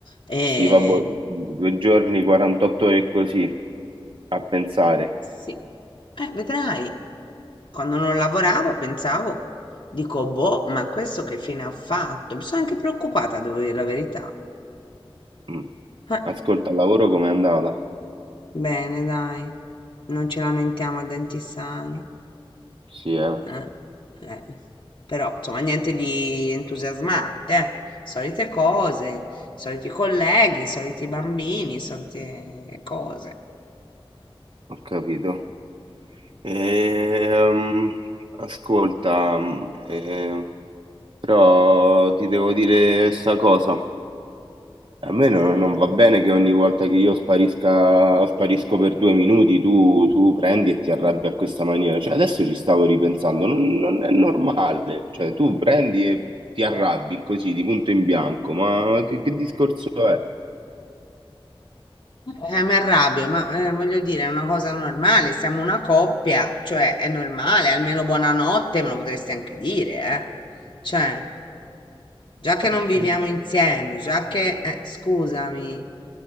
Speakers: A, on the left (about 60°); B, on the right (about 60°).
A: E
B: Sì, vabbè, due giorni, 48 ore e così, a pensare.
A: sì, eh, vedrai, quando non lavoravo pensavo, dico, boh, ma questo che fine ha fatto? Mi sono anche preoccupata, devo dire la verità.
B: Mm.
A: Eh,
B: Ascolta, il lavoro com'è andata?
A: bene, dai, non ci lamentiamo a denti sani.
B: Sì, eh.
A: Eh, eh. Però, insomma, niente di entusiasmante, eh. Solite cose, soliti colleghi, soliti bambini, solite cose.
B: Ho capito. Ehm, ascolta, mh, eh, però ti devo dire sta cosa. A me no- non va bene che ogni volta che io sparisca, sparisco per due minuti, tu, tu prendi e ti arrabbi a questa maniera. Cioè, adesso ci stavo ripensando, non, non è normale. Cioè, tu prendi e ti arrabbi così, di punto in bianco. Ma che, che discorso è?
A: Eh, mi arrabbio, ma eh, voglio dire, è una cosa normale, siamo una coppia, cioè è normale, almeno buonanotte me lo potresti anche dire, eh. Cioè, già che
B: Ok.
A: non viviamo insieme, già che, eh, scusami,